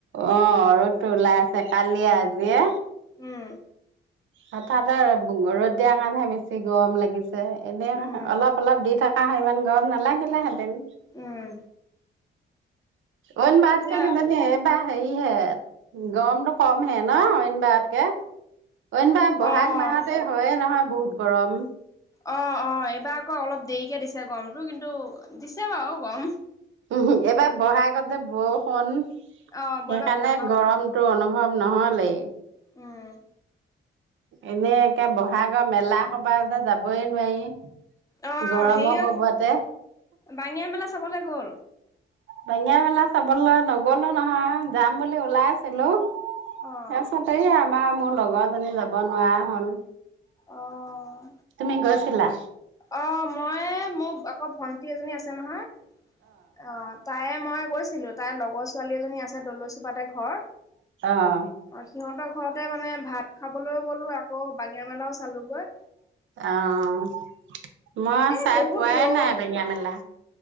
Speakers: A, on the right (about 75°); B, on the left (about 15°).
A: অ', ৰদটো ওলাই আছে কালি আজিয়ে।
B: উম,
A: হঠাতে ৰ'দ দিয়াৰ কাৰণেহে বেছি গৰম লাগিছে ছে এনে
B: উম,
A: অলপ অলপ দি থাক আহ ইমান গৰম নালাগিলে হে টেন
B: উম,
A: অন বাৰতকে
B: এতিয়া
A: কেজানি এইবা হেৰি হে গৰমটো কম হে ন? অইন বাৰতকে। অইন বাৰ বহাগ
B: অ'
A: মাহতে হয়য়ে নহয়। বহুত গৰম।
B: অ', অ', এইবাৰ আকৌ অলপ দেইকে দিছে গমটো কিন্তু দিছে বাৰু গম।
A: উমহু, এবাৰ বহাগতে বৰষুণ।
B: অ' বৈবা
A: হেইকাৰণে
B: বহাগ
A: গৰমতটো অনুভৱ নহ'লেই।
B: উম।
A: এনে একে বহাগৰ মেলা সপা যে যাবই নোৱাৰি।
B: অ'
A: গৰমৰ
B: হেয়ীয়,
A: কোবতে
B: বাঙিয়া মেলা চাবলে গ'ল?
A: বাঙিয়া মেলা চাবলৈ নগলো নহয়, যাম বুলি ওলাইছিলো। <unintelligible>
B: অ'
A: এয়াচত এইয়া তোমা মোৰ লগৰজনী যাব নোৱাৰা হ'ল।
B: অ'।
A: তুমি গৈছিলা
B: অ', ময়ে মোক <unintelligible> তোমাৰ ভন্টি এজনী আছে নহয়? অ', তাইয়ে মই। গৈছিলো, তাই লগৰ ছোৱালী এজনী আছে, দলৈচুপাতে ঘৰ।
A: অ
B: অ', সিহঁতক, ঘৰতে মানে ভাত খাবলৈও গ'লো, আকৌ বাঙিয়া মেলাও চালোগৈ।
A: অ'। মই
B: এ
A: চাই
B: বহুত
A: পোৱাই
B: ৰ'দ
A: নাই, বাঙিয়া মেলা।